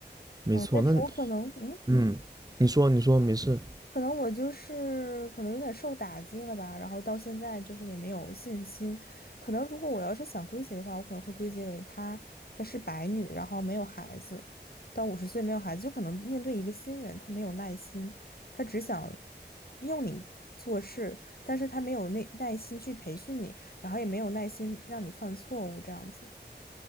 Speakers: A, on the right (about 20°); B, on the left (about 60°).
A: 没错，
B: 嗯，但是我可能，
A: 那你
B: 嗯。
A: 嗯，你说你说没事。
B: 可能我就是可能有点受打击了吧，然后到现在就是也没有信心。可能如果我要是想归结的话，我可能会归结为她她是白女，然后没有孩子，到五十岁没有孩子，就可能面对一个新人，她没有耐心，她只想用你做事，但是她没有耐耐心去培训你，然后也没有耐心让你犯错误这样子。